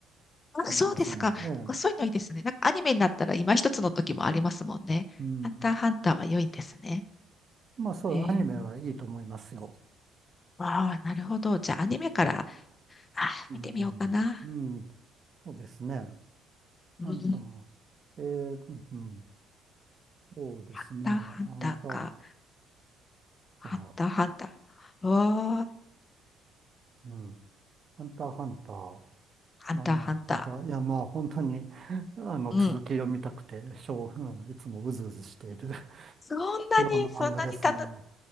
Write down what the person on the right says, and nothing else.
思いますね。
ええ。
うん。
まあそう、
アニメはいいと思いますよ。
うん。
うん。そうですね。
あんたは、ええ、うん。そうですね。
あんた、
あ
うん。ハンターハンター。
あー、ハンター、いや、まあ、本当に、あの、
続き読みたくて、しょう、うん、いつもうずうずしている。
ような漫画ですね。